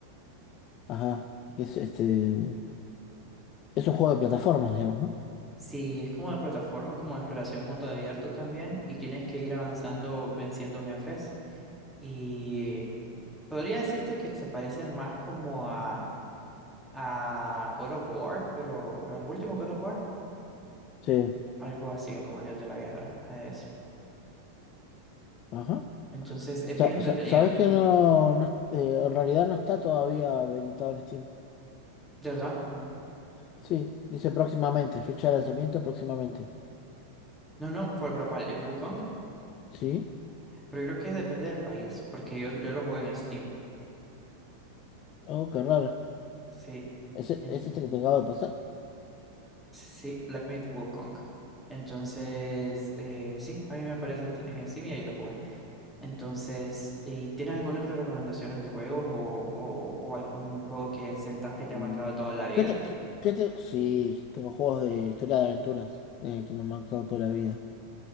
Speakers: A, on the left; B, in the centre.
A: Ajá. que Es este. Es un juego de plataformas, digamos, ¿no?
B: Sí, es como de plataforma, como de exploración mundo abierto también, y tienes que ir avanzando, venciendo jefes. Y podría decirte que se parece más como a a Call of War, pero a los últimos Call of War,
A: Sí.
B: algo así como el Dios de la Guerra, a eso.
A: Ajá.
B: Entonces es
A: Sa-
B: bien entretenido,
A: sa- ¿Sabes que no, no eh, en realidad no está todavía habilitado en Steam?
B: de verdad.
A: Sí, dice próximamente, fecha de lanzamiento próximamente.
B: No, no, fue por lo cual, el Wukong,
A: ¿Sí?
B: pero yo creo que depende del país, porque yo, yo lo juego en Steam.
A: Oh, qué raro.
B: Sí,
A: ¿Es, e-
B: en-
A: es este que te acabo de pasar?
B: sí, Black Myth Wukong. Entonces, eh, sí, a mí me aparece t- en Steam y ahí lo jugué. Entonces, ¿y tienes alguna otra recomendación de juegos o, o, o algún juego que sientas que te
A: Mm,
B: ha marcado toda la vida?
A: ¿Qué te, qué- qué te- Sí, tengo juegos de historia de aventuras eh, que me han marcado toda la vida.